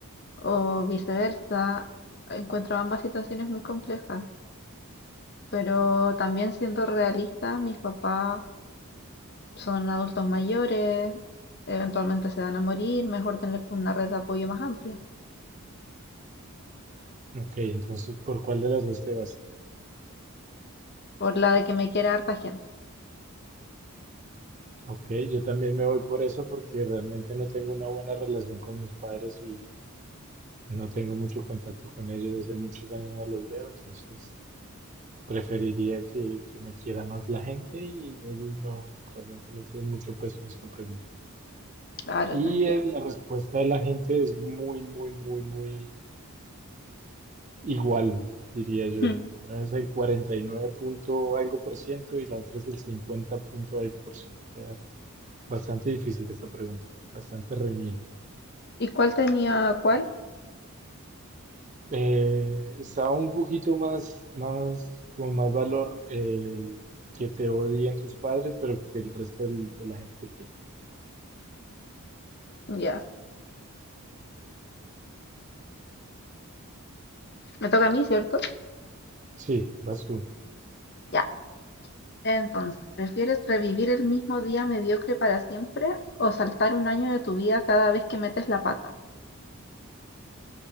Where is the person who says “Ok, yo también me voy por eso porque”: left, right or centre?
Right